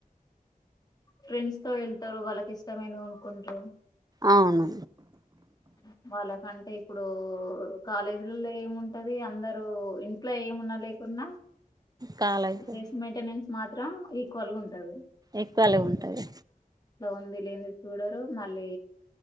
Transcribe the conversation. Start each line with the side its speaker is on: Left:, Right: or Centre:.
Left: ఫ్రెండ్స్ తో వెళ్తారు వాళ్ళకి ఇష్టమైనవి కొనుక్కుంటారు
Right: అవును
Left: ఆ వాళ్ళకంటే ఇప్పుడు కాలేజీలలో ఏముంటది అందరుూ ఇంట్లో ఏముండి లేకునా
Right: కాలైతే
Left: డ్రెస్ మెయింటెనెన్స్ మాత్రం ఈక్వల్ గా ఉంటంది
Right: ఈక్వల్ గా ఉంటది
Left: ఉంది లేంది చూడరు మళ్ళీ